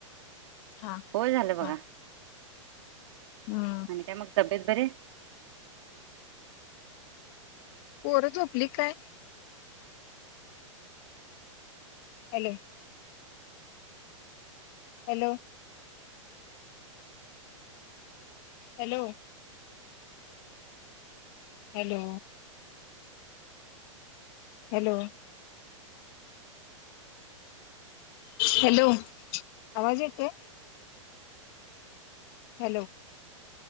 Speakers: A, on the left (about 45°); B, on the right (about 60°).
A: हा
B: होय झालं बघा.
A: हा हम्म
B: आणि काय मग तब्येत बरी आहे
A: पोर झोपली काय? Hello hello hello hello hello hello आवाज येतोय. Hello